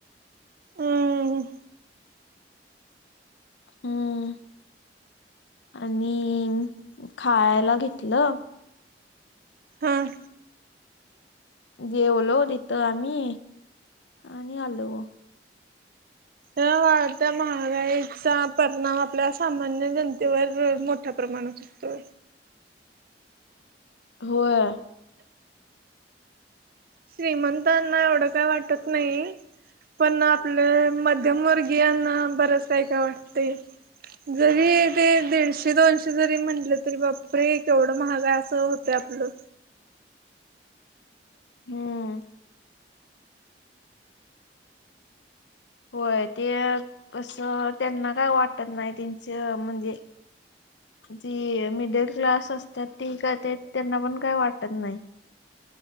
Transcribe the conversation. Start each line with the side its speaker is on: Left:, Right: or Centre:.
Right: हम्म हम्म.
Left: हम्म आणि खायला घेतलं
Right: हां
Left: जेवलो तिथं आम्ही आणि आलो.
Right: तर वाढत्या महागाईचा परिणाम आपल्या सामान्य जनतेवर मोठ्या प्रमाणात हुतोय
Left: होय
Right: श्रीमंतांना एवढं काय वाटत नाही पण आपल्या मध्यमवर्गीयांना बरंच काय काय वाटतय जरी ते दीडशे दोनशे जरी म्हटलं तरी बाप रे केवढं महाग असं होत ते आपलं
Left: हम्म होय ते कसं त्यांना काय वाटत नाही त्यांच म्हणजे जी मिडल क्लास असतात ती का ते त्यांना पण काही वाटत नाही